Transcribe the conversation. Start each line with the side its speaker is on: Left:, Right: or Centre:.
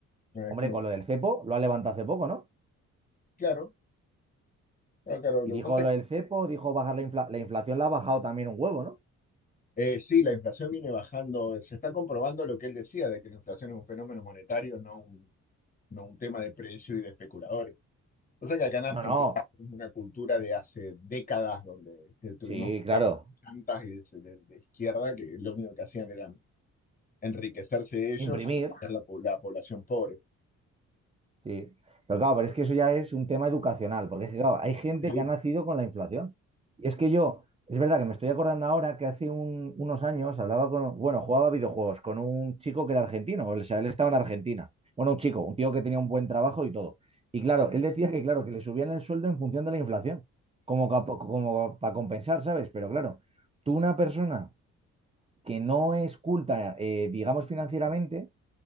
Left: No es
Right: Hombre,
Left: como,
Right: con lo del cepo, lo ha levantado hace poco, ¿no?
Left: claro, claro, claro. Lo
Right: Y dijo
Left: que pasa
Right: lo del cepo, dijo bajar la, inflación la inflación, la ha bajado también un huevo, ¿no?
Left: Eh, sí, la inflación viene bajando. Se está comprobando lo que él decía, de que la inflación es un fenómeno monetario, no un, no un tema de precio y de especuladores. O sea que acá en Argentina
Right: No, no.
Left: tenemos una cultura de hace décadas donde que tuvimos
Right: Sí, claro.
Left: plantas y de, de- de izquierda que lo único que hacían era enriquecerse ellos
Right: Imprimir.
Left: y hacer la, po- la población pobre.
Right: Sí. Pero claro, pero es que eso ya es un tema educacional, porque es que, claro, hay gente
Left: Sí,
Right: que ha nacido con la inflación. Y es que yo, es verdad que me estoy acordando ahora que hace un- unos años hablaba con, bueno, jugaba videojuegos con un chico que era argentino, o sea, él estaba en Argentina. Bueno, un chico, un tío que tenía un buen trabajo y todo. Y claro, él decía que, claro, que le subían el sueldo en función de la inflación, como, ca- como para compensar, ¿sabes? Pero claro, tú una persona que no es culta, eh, digamos, financieramente,